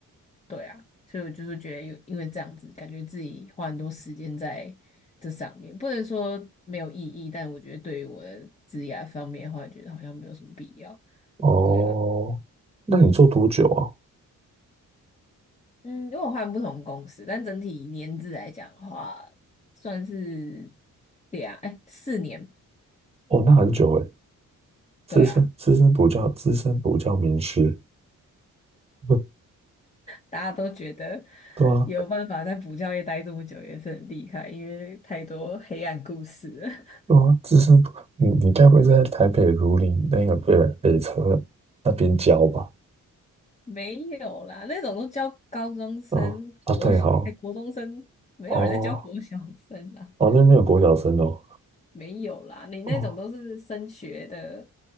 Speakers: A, on the left; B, on the right.
A: 对啊，所以我就是觉得有，因为这样子，感觉自己花很多时间在这上面，不能说没有意义，但我觉得对于我的职业方面的话，觉得好像没有什么必要。
B: 哦，
A: 对啊。
B: 那你做多久啊？
A: 嗯，因为我换不同公司，但整体年资来讲的话，算是两，哎，四年，
B: 哦，那很久诶，资深资深补教资深补教名师，
A: 对啊，
B: <laughs>
A: 大家都觉得
B: 对啊，
A: 有办法在补教业待这么久也是很厉害，因为太多黑暗故事了。<laughs>
B: 哦，资生堂，你你该不会是在台北如林那个北北车那边教吧？
A: 没有啦，那种都教高中生、
B: 哦啊，
A: 国小，
B: 对哦，
A: 哎，国中生，没有人在教国小生啦，
B: 哦哦，那边没有国小生哦，
A: 没有啦，你那种都是升学的，
B: 哦